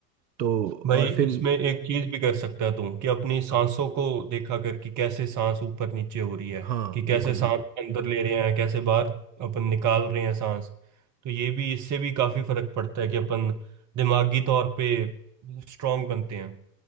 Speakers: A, on the right; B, on the right.
A: तो
B: भाई
A: और फिर
B: इसमें एक चीज भी कर सकता है तू कि अपनी सांसों
A: हाँ
B: को देखा कर कि कैसे सांस ऊपर नीचे हो रही है
A: हाँ
B: कि कैसे
A: बिल्कुल
B: सांस
A: बिल्कुल
B: अंदर ले रहे हैं कैसे बाहर अपन निकाल रहे हैं सांस तो ये भी इससे भी काफी फर्क पड़ता है कि अपन दिमागी तौर पे स्ट्रांग बनते हैं